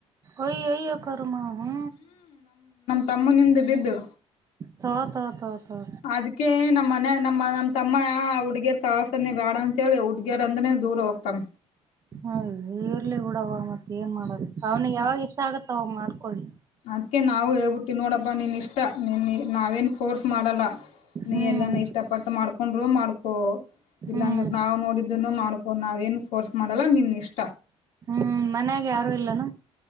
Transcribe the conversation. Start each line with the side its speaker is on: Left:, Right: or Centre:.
Right: ಒಯ್ಯೋ ಒಯ್ಯೋ ಕರ್ಮ ಹ್ಮ.
Left: ತಮ್ಮ ನಿಂದು ಬಿದ್ದು.
Right: ತೋ ತೋ ತೋ. ತೋ
Left: ಅದಕ್ಕೆ ನ. ನಮ್ಮ ಮನ್ಯಾಗ ನಮ್ಮ ನಮ್ ತಮ್ಮ ಹ ಹುಡ್ಗರ್ ಸಾಹಸನೇ ಬೇಡ ಅಂತ ಹೇಳಿ ಹುಡ್ಗೀರ್ ಅಂದ್ರೆ ದೂರ ಹೋಗ್ತಾನ.
Right: ಆಯೋ. ಇರ್ಲಿ ಬಿಡವ ಮತ್ತ ಏನ್ ಮಾಡದು ಅವ್ನಿಗೆ ಯಾವಾಗ ಇಷ್ಟ ಆಗುತ್ತೆ. ತೋಂಗಾಡ್ಕೋೊಳ್ಳಿ..
Left: ಅದ್ಕ ನಾವು ಹೇಳ್ಬಿಟ್ಟಿ ನೋಡಪ್ಪಾ ನೀನ್ ಇಷ್ಟ ನಿನ್ನ ನಾವೇನ್ ಫೋರ್ಸ್ ಮಾಡಲ್ಲ. ನೀ
Right: ಹ್ಮ್
Left: ಎಲ್ಲ ಇಷ್ಟಪಟ್ಟು ಮಾಡ್ಕೊ. ಹಕೊಂಡ್ರರು ಮಾಡ್ಕೊ
Right: ಹ್ಮ್
Left: ಇಲ್ಲಾಂದ್ರೆ ನಾವ್ ನೋಡಿದನು ಮಾಡ್ಕೊ ನಾವೇಏನ್ ಫೋರ್ಸ್ ಮಾಡಲ್ಲ ನಿನ್ ಇಷ್ಟ.
Right: ಹ್ಮ್ ಮನ್ಯಾಗೆ ಯಾರು ಇಲ್ಲನ.